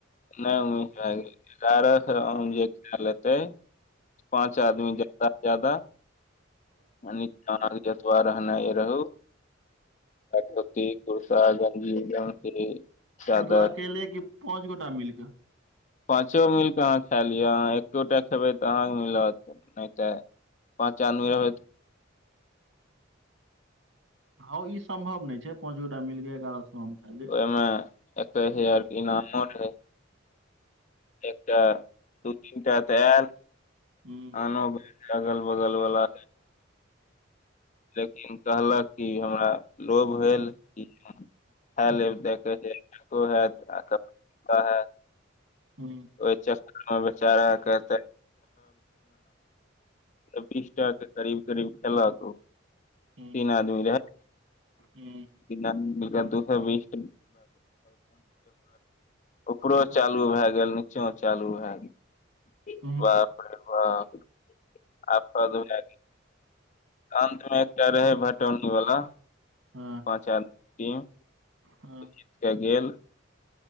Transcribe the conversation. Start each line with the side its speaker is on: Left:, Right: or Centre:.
Left: नहि उम्मीद भए गेलै एगारह सए आम जे खा लेतै पाँच आदमी जादा जादा नाना के जेतबे रहना रहु धोती कुर्ता गंजी <unintelligible> ज <unintelligible> से चादर
Right: मतलब अकेले कि पाँच गोटा मिलके
Left: पाँचो मिल कऽ आहाँ खाए लिअ आहाँ एकोटा खेबै तऽ आहाँके मिलत नहि तऽ पन्चैनोबे होत <unintelligible>
Right: ह ई सम्भव नहि छै पांच गोटा मिलके एगारह सए आम खाइ ले
Left: मे एकैस हजार के इनामो रहै एकटा दू तीनटा तऽ आयल
Right: हूँ
Left: आनो ब अगल बगल बला लेकिन कहलक कि हमरा लोभ भेल कि ह
Right: हूँ
Left: ले देखै हेत ह
Right: हू
Left: ओहि चक्कर मे बेचारा के त बीस टाक के करीब करीब खेलक
Right: हूँ
Left: तीन आदमी रहैत
Right: हूँ
Left: बिना मिल दू सए बीस ऊपरो चालू भए गेल नीचो चालू भए गेल
Right: हूँ,
Left: बाप रे बाप आ दु <unintelligible> अन्त मे एकटा रहै बटौनीवला
Right: हँ
Left: पाँच आदमी टीम
Right: हँ
Left: जीत के गेल